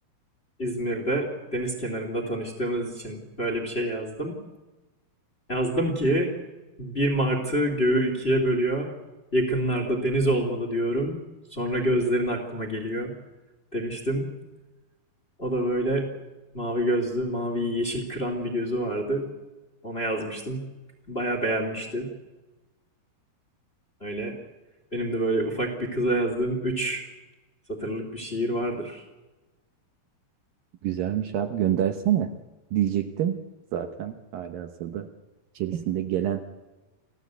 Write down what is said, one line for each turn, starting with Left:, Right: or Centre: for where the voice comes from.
Left: İzmir'de deniz kenarında tanıştığımız için böyle bir şey yazdım. Yazdım ki bir Martı göğü ikiye bölüyor. Yakınlarda deniz olmalı diyorum. Sonra gözlerin aklıma geliyor demiştim. O da böyle mavi gözlü, mavi yeşil kıran bir gözü vardı. Ona yazmıştım. Baya beğenmişti. Öyle benim de böyle ufak bir kıza yazdığım üç satırlık bir şiir vardır.
Right: Güzelmiş abi göndersene diyecektim. Zaten hali hazırda içerisinde gelen.